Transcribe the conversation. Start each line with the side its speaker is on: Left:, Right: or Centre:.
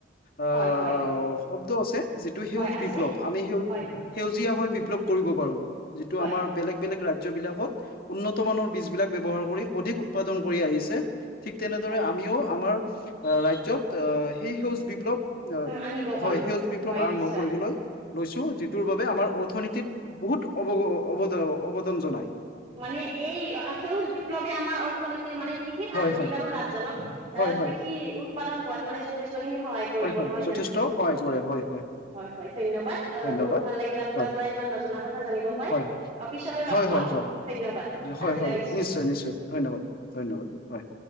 Left: আহ
Right: হয় হয়
Left: শব্দ আছে যিটো সেউজ
Right: হয় আছে
Left: বিপ্লৱ আমি সেউজ
Right: হয়
Left: সেউজীয়া হৈ বিপ্লৱ কৰিব পাৰো যিটো
Right: হয়
Left: আমাৰ বেলেগ বেলেগ ৰাজ্যবিলাকত উন্নত মানৰ বীজ বিলাক ব্যৱহাৰ কৰি অধিক উৎপাদন কৰি আহিছে ঠিক তেনেদৰে
Right: হয়
Left: আমিও আমাৰ ৰাজ্যত সি সেউজ বিপ্লৱ
Right: আনিব পাৰো
Left: হয় সেউজ বিপ্লৱ
Right: হয়
Left: আৰম্ভ
Right: নিশ্চয়
Left: কৰিব লৈ লৈছো যিটোৰ বাবে আমাৰ অৰ্থনীতিত বহুত অৱগ অৱদ অৱদান জনাই।
Right: মানে এই সেউজ বিপ্লৱে আমাৰ অৰ্থনীতিৰ মানে কৃষিত
Left: হয়
Right: আধুনিক
Left: হয়
Right: আৰু লাভজনক আহ
Left: হয় হয়
Right: কৃষি উৎপাদন হোৱাত মানে যথেষ্টখিনি সহায় কৰিব
Left: হয় হয়
Right: নহয়
Left: যথেষ্ট
Right: জানো
Left: সহায় কৰে হয়
Right: হয় হয় ধন্যবাদ
Left: ধন্যবাদ
Right: বহুত ভাল লাগিল আপোনাৰ
Left: হয়
Right: পৰা ইমান নজনা কথা কথা জানিব পাই
Left: হয়
Right: আৰু পিছলৈ লগ
Left: হয়
Right: পাম
Left: হয়
Right: ধন্যবাদ
Left: হয় হয়
Right: আজিলৈ
Left: হয়
Right: আহিছোঁ।
Left: নিশ্চয় নিশ্চয় ধন্যবাদ ধন্যবাদ হয়